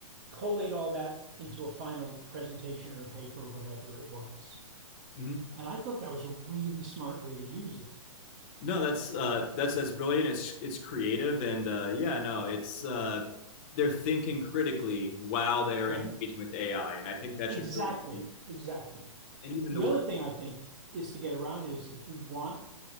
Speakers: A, on the right; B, on the left.
A: collate all that into a final presentation or paper, whatever it was.
B: hmm
A: And I thought that was a really smart way to use it.
B: No, that's uh, that's that's brilliant. It's it's creative and uh, yeah, no, it's uh, they're thinking critically while they are
A: Right.
B: engaging with AI, and I think that
A: Exactly.
B: should really be,
A: Exactly.
B: and even
A: The
B: the work.
A: other thing I think is to get around it is if we want